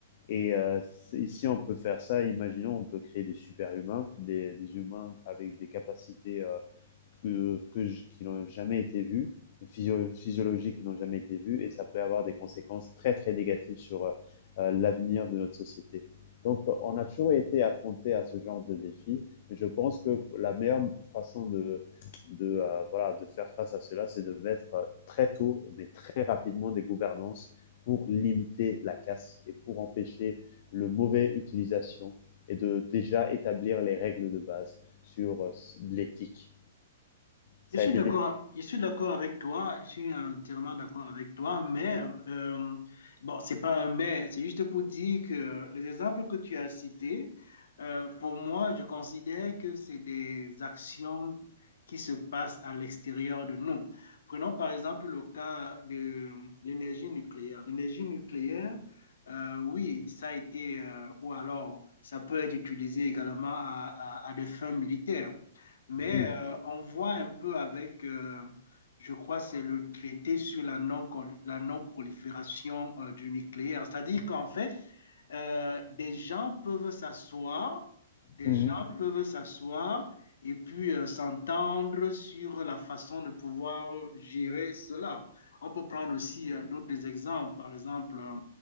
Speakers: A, on the left; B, on the left.
A: Et euh, si si on peut faire ça, imaginons, on peut créer des super-humains, des, des, humains avec des capacités euh, que, que, qui n'ont jamais été vues, physio physiologiques qui n'ont jamais été vues et ça peut avoir des conséquences très très négatives sur euh, euh, l'avenir de notre société. Donc on a toujours été affronté à ce genre de défi, mais je pense que la meilleure façon de, de, euh, voilà, de faire face à cela, c'est de mettre euh, très tôt, mais très rapidement des gouvernances pour limiter la casse et pour empêcher le mauvais utilisation et de déjà établir les règles de base sur euh, l'éthique. Ça
B: Je suis
A: a été
B: d'accord,
A: des...
B: je suis d'accord avec toi, je suis entièrement d'accord avec toi, mais euh, bon, c'est pas un mais, c'est juste pour dire que les exemples que tu as cités, euh, pour moi, je considère que c'est des actions qui se passent à l'extérieur de nous. Prenons par exemple le cas de l'énergie nucléaire. L'énergie nucléaire, euh, oui, ça a été, euh, ou alors ça peut être utilisé également à à- à des fins militaires. Mais
A: mm
B: euh, on voit un peu avec, euh, je crois, c'est le traité sur la non, la non-prolifération euh, du nucléaire. C'est-à-dire qu'en fait, euh, des gens peuvent s'asseoir, des
A: -hmm.
B: gens peuvent s'asseoir et puis euh, s'entendre sur la façon de pouvoir gérer cela. On peut prendre aussi euh, d'autres exemples, par exemple, euh,